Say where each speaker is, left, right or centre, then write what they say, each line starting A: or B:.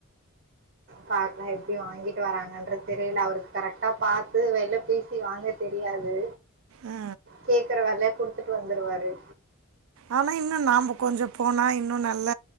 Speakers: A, on the right; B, on the right.
A: பாக்லா எப்டி வாங்கிட்டு வராங்கன்றது தெரில அவுருக்கு கரெக்டா பாத்து வெல பேசி வாங்க தெரியாது
B: ஆ
A: கேக்கற வெல குடுத்துட் வந்துருவாரு
B: ஆனா இன்னு நாம்ப கொஞ்ச போனா இன்னு நல்ல